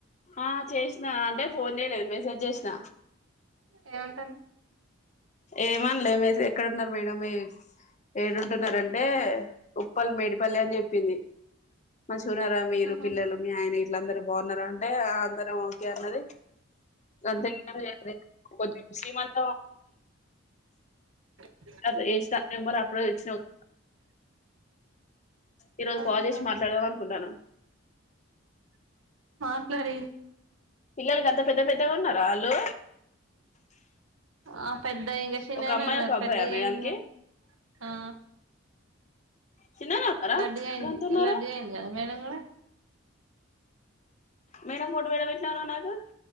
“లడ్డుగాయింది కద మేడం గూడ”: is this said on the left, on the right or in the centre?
Right